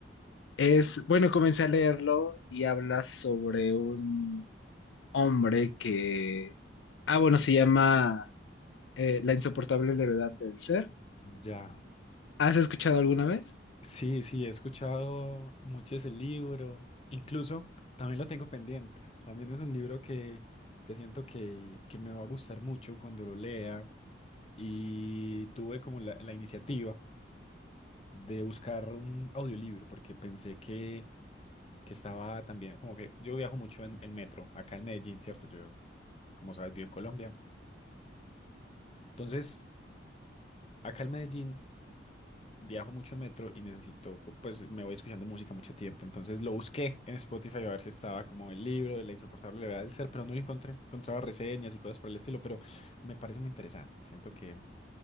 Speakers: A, on the left; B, on the left.
A: es, bueno, comencé a leerlo y habla sobre un hombre que, ah, bueno, se llama eh, La insoportable levedad del ser.
B: Ya.
A: ¿Has escuchado alguna vez?
B: Sí, sí, he escuchado mucho ese libro. Incluso también lo tengo pendiente. También es un libro que, que siento que, que me va a gustar mucho cuando lo lea. Y tuve como la, la iniciativa de buscar un audiolibro, porque pensé que, que estaba también, como que yo viajo mucho en el metro, acá en Medellín, ¿cierto? Yo, como sabes, vivo en Colombia. Entonces, acá en Medellín viajo mucho en metro y necesito, pu- pues me voy escuchando música mucho tiempo. Entonces lo busqué en Spotify a ver si estaba como el libro de La insoportable levedad del ser, pero no lo encontré. Encontraba reseñas y cosas por el estilo, pero me parece muy interesante. Siento que me